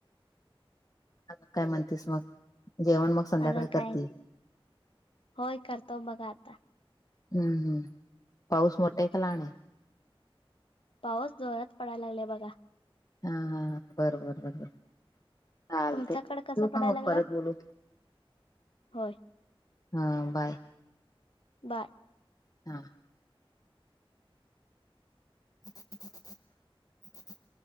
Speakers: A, on the left (about 40°); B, on the left (about 65°).
A: अ काय म्हणतीस मग जेवण मग संध्याकाळी
B: अजून काय
A: करते
B: होय करतो बघा आता
A: हम्म हम् पाऊस मोटे खलाणे
B: पाऊस जोरात पडायला लागले बघा
A: हा हा बरोबर बरोबर चालते
B: तुमच्याकडे
A: ठेऊ
B: कसा
A: का
B: पडायला
A: मग
B: लागला
A: परत बोलू
B: होय
A: हा बाय
B: बाय
A: हा <inaudible>